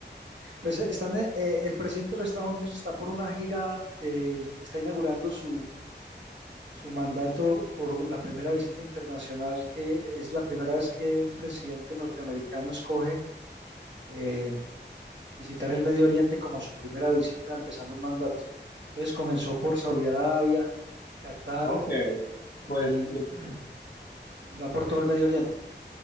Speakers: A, on the right; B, on the left.
A: Pues eh, están, eh, eh, el presidente de los Estados Unidos está por una gira, eh, está inaugurando su, su mandato por la primera visita internacional, que es la primera vez que un presidente norteamericano escoge eh, visitar el Medio Oriente como su primera visita empezando un mandato. Entonces comenzó por Saudi Arabia, Qatar
B: Ok,
A: y
B: pues yo,
A: <clears throat> y va por todo el Medio Oriente.